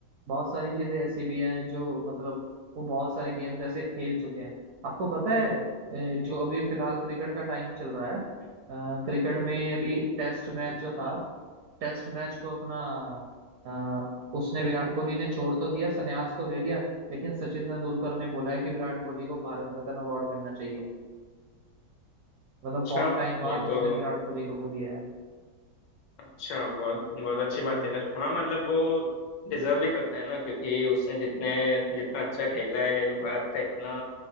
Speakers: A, on the right; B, on the left.
A: बहुत सारी चीजें ऐसी भी हैं जो मतलब वो बहुत सारे गेम्स ऐसे खेल चुके हैं आपको पता है अ, जो अभी फिलहाल क्रिकेट का टाइम चल रहा है क्रिकेट में अभी टेस्ट मैच जो था टेस्ट मैच को अपना अ, उसने विराट कोहली ने छोड़ तो दिया संन्यास तो ले लिया लेकिन सचिन तेंदुलकर ने बोला है कि विराट कोहली को भारत रत्न अवार्ड मिलना चाहिए मतलब
B: अच्छा
A: बहुत टाइम बाद
B: ये
A: उसने
B: तो
A: विराट कोहली को वो दिया
B: अच्छा बहुत बहुत अच्छी
A: है
B: बात है यार हाँ मतलब वो डिजर्व भी करते हैं ना क्योंकि उसने जितने जितना अच्छा खेला है भारत का इतना